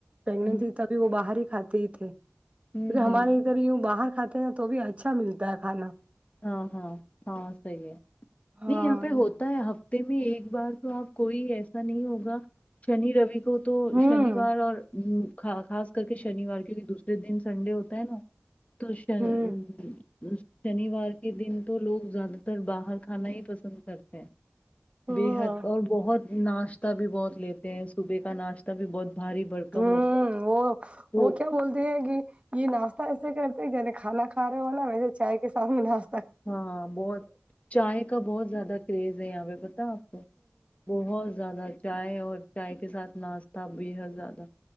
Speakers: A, on the right (about 30°); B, on the left (about 30°).
A: پگنٹ
B: ہوں
A: تھی وہ باہر ہی کھاتے ہی تھے کیکہ
B: ہوں ہوں
A: ہمارے ادھر یوں باہر کھاتے نا تو بھی اچھا ملتا ہے کھانا
B: ہاں ہاں ہاں صحی ہے
A: ہاں
B: نہیں یہاں پہ ہوتا ہے میں ایک بار تو آپ کوئی ایسا نہیں ہوگا شنی روی کو تو
A: ہ
B: شنیوار اور خاص کر کے شنیوار کیونکہ دوسرے دن سنڈے ہوتا ہے نا توشن
A: ہ
B: ا شنی ار کے دن تو لوگ زد تر باہر کانا ہی پ پسند کرتے ہیں
A: ہاں
B: بےحد اور بہت ناشتہ بھی بہت لیتے ہیں صبح کا ناشتہ بھی بہت بھاری بھرکم
A: ہوں
B: ہو
A: وہ
B: تو
A: وہ کیا بولتے ہیں کہ یہ ناس ایسے کرتے جے کھا کا رہے ہو نا ویسے چائے کے سھ م
B: ہاں بہت چائے کا بہت زیادہ کریز ہے یہاں پہ بتاپ بہت زیادہچ چائے اور چائے کے ساتھ ناشتہ بھی ہے زیادہ